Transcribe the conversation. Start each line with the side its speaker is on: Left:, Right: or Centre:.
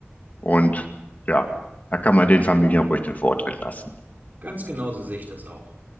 Left: und ja, da kann man den Familien ruhig den Vortritt lassen.
Right: Ganz genauso sehe ich das auch.